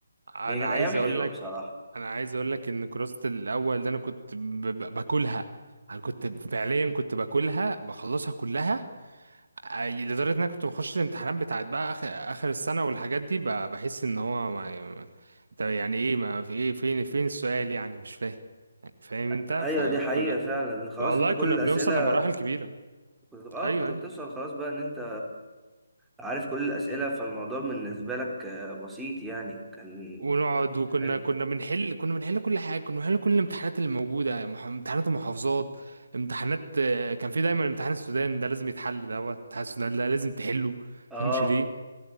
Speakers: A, on the right (about 65°); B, in the centre.
A: انا
B: هي كانت
A: عايز
B: أيام حلوة
A: اقول لك
B: بصراحة
A: انا عايز اقول لك ان كراسة الاول ده انا كنت ب- ب- باكلها انا كنت فعليا كنت باكلها بخلصها كلها أي- لدرجة ان انا كنت بخش الامتحانات بتاعت بقى اخر اخر السنة والحاجات دي ب- بحس ان هو ما طب يعني ايه ما في ايه فين فين السؤال يعني مش فاهم يعني فاهم انت
B: ايوه
A: فكنا
B: دي حقيقة فعلا خلاص
A: والله
B: انت كل
A: كنا بنوصل
B: الاسئلة
A: لمراحل كبيرة
B: كنت اه
A: ايوه
B: كنت بتوصل
A: ايوه
B: خلاص بقى ان انت عارف كل الاسئلة فالموضوع بالنسبة لك آه، بسيط يعني كان
A: ونقعد وكنا
B: حلو
A: كنا بنحل كنا بنحل كل حاجه كنا بنحل كل الامتحانات اللي موجوده مح- امتحانات المحافظات امتحانات آه، كان في دايما امتحان السودان ده لازم يتحل ده هو امتحان السودان ده لازم تحله
B: اه
A: فهمش ليه